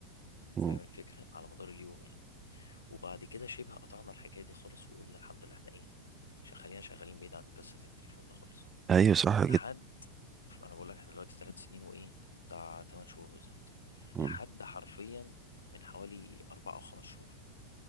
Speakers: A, on the right; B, on the left.
A: مم.
B: فاهم الفكرة على مدار اليوم يعني وبعد كده شبه قطعنا الحكاية دي خالص وقلنا الحمد لله إحنا إيه ش- خلينا شغالين بعيد عن قصة التليفون ده خالص
A: ايوه صح جدا
B: لحد أنا بقول لك إحنا دلوقتي ثلاث سنين وإيه وبتاع 8 شهور بالظبط
A: مم.
B: لحد حرفيا من حوالي أربع أو خمس شهور